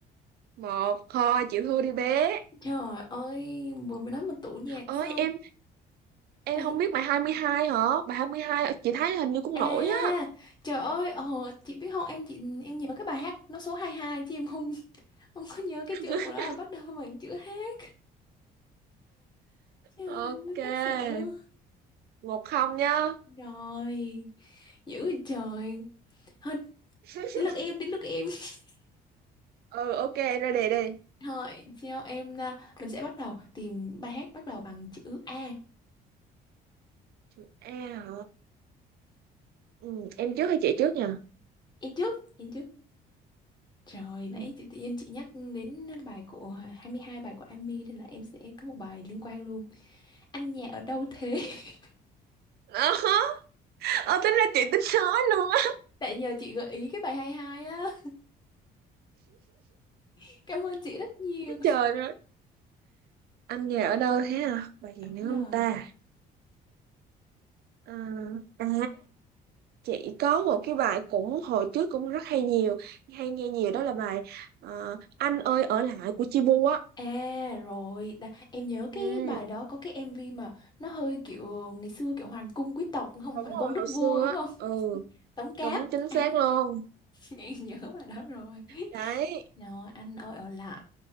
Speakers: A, on the right; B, on the left.
A: một thôi chịu thua đi bé
B: Trời ơi, vừa mới nói một tủ nhạc
A: ơi
B: xong.
A: em em
B: Là gì?
A: không biết bài 22 hả bài 22 chị thấy hình như cũng
B: À,
A: nổi á
B: trời ơi, ồ, chị biết không, em chị em nhớ cái bài hát nó số 22 chứ em không <laughs> không có nhớ cái
A: <laughs>
B: chữ của nó là bắt đầu bằng chữ hát. Trời
A: ok
B: ơi, chắc xỉu.
A: một không nhá,
B: Rồi, dữ vậy trời. Thôi,
A: <laughs>
B: đến lượt em, đến lượt em. <laughs>
A: ừ ok em ra đề đi
B: Thôi, cho em, à, mình sẽ bắt đầu tìm bài hát bắt đầu bằng chữ A.
A: chữ A hả ừ, em trước hay chị trước nha
B: Em trước, em trước. Trời,
A: ừ.
B: nãy chị tự nhiên chị nhắc đến bài của hai mươi hai bài của Amy nên là em sẽ có một bài liên quan luôn. Anh nhà ở đâu thế? <laughs>
A: <laughs> ờ tính ra chị tính nói luôn á
B: Tại nhờ chị gợi ý cái bài 22 á. <laughs> Cảm ơn chị rất nhiều.
A: trời ơi anh nhà ở đâu thế à bài gì
B: Đúng
A: nữa
B: rồi.
A: không ta à, à, chị có một cái bài cũng hồi trước cũng rất hay nhiều hay nghe nhiều đó là bài ờ, Anh ơi ở lại của Chibu á
B: À rồi, Đà, em nhớ cái
A: ừ
B: bài đó có cái MV mà nó hơi kiểu ngày xưa kiểu hoàng cung quý tộc không?
A: đúng
B: Hoàng
A: rồi
B: cung đức
A: hồi
B: vua
A: xưa
B: đúng
A: á
B: không?
A: ừ
B: Tống Cáp.
A: đúng chính
B: À,
A: xác luôn
B: <laughs> em nhớ bài đó rồi. <laughs>
A: đấy
B: Rồi, anh ơi ở lại.